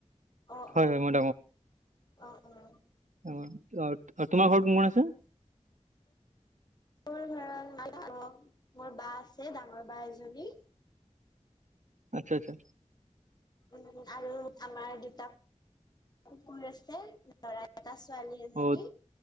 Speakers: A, on the left; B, on the right.
A: অ
B: হয়
A: অ
B: হয় মই
A: অ অ অ
B: অ অ তোমাৰ ঘৰত কোন কোন আছে?
A: মোৰ ঘৰত <unintelligible> মোৰ বা আছে ডাঙৰ বা এজনী
B: আত্চ্ছা আচ্ছা।
A: উ আৰু আমাৰ দুটা কুকুৰ আছে। লৰা এটা ছোৱালী এজনী
B: অ